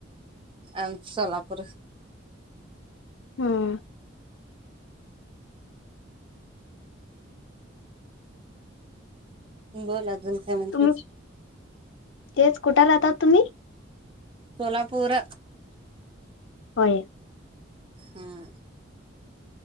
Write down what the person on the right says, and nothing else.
आमचं सोलापुरचं.
बोल अजून. काय म्हणती
सोलापूर.
हं.